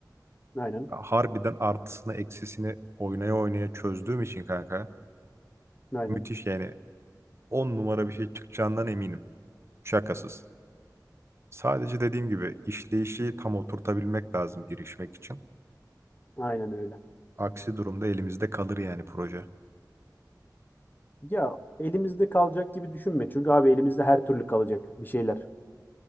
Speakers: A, on the left; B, on the right.
A: Aynen.
B: Harbiden artısını eksisini oynaya oynaya çözdüğüm için kanka
A: Aynen.
B: müthiş yani 10 numara bir şey çıkacağından eminim. Şakasız. Sadece dediğim gibi işleyişi tam oturtabilmek lazım girişmek için.
A: Aynen öyle.
B: Aksi durumda elimizde kalır yani proje.
A: Ya elimizde kalacak gibi düşünme. Çünkü abi elimizde her türlü kalacak bir şeyler.